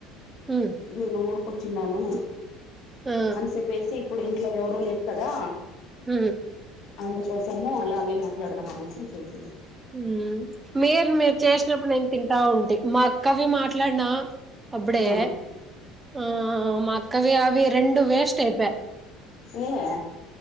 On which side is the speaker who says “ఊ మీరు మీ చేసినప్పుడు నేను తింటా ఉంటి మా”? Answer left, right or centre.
Right